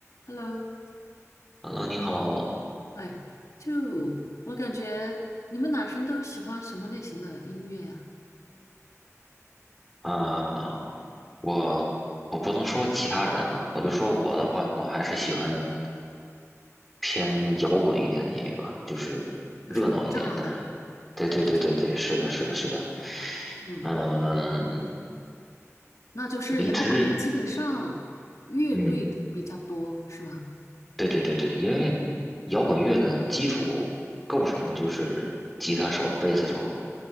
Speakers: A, on the left; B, in the centre.
A: Hello，
B: Hello，你好
A: 哎，就我感觉你们男生都喜欢什么类型的音乐呀、
B: 啊，我我不能说其他人哈，我就说我的话，我还是喜欢偏摇滚一点的音乐吧，就是热闹一点的。
A: 就是很炸的，
B: 对对对对对，
A: 很炸。
B: 是的，是的，是的。
A: 嗯，
B: 嗯，
A: 那就是摇滚的，
B: 离职，
A: 基本上乐队的比较多，
B: 嗯，
A: 是吗？
B: 对对对对，因为摇滚乐的基础构成就是吉他手、贝斯手、